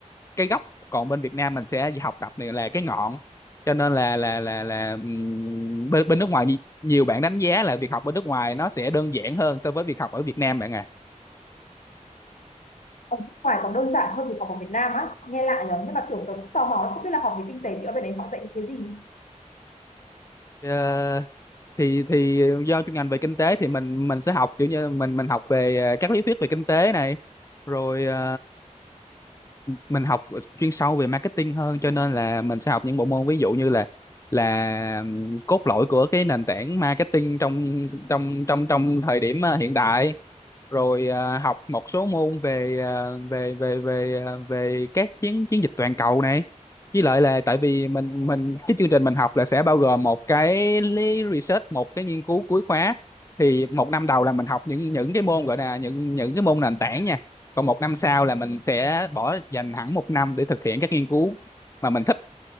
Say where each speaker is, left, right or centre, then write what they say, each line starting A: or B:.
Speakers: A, on the left; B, on the left.
A: cái gốc còn bên Việt Nam mình sẽ học tập này là cái ngọn cho nên là là là là ừm, bên bên nước ngoài nhi- nhiều bạn đánh giá là việc học bên nước ngoài nó sẽ đơn giản hơn so với việc học ở Việt Nam bạn à
B: Ở nước ngoài còn đơn giản hơn việc học ở Việt Nam á, nghe lạ nhở? Nhưng mà kiểu tớ cũng tò mò không biết là học về kinh tế thì ở bên đấy họ dạy những cái gì?
A: Ờ, thì thì do chuyên ngành về kinh tế thì mình mình sẽ học kiểu như mình mình học về ờ, các lý thuyết về kinh tế này rồi ờ, mình học chuyên sâu về marketing hơn cho nên là mình sẽ học những bộ môn ví dụ như là là ừm, cốt lõi của cái nền tảng marketing trong trong trong trong thời điểm ờ, hiện đại rồi à, học một số môn về à, về về về à, về các chiến chiến dịch toàn cầu này với lại là tại vì mình mình cái chương trình mình học là sẽ bao gồm một cái lý research một cái nghiên cứu cuối khóa thì một năm đầu là mình học những những cái môn gọi là những những cái môn nền tảng nha còn một năm sau là mình sẽ bỏ dành hẳn một năm để thực hiện các nghiên cứu mà mình thích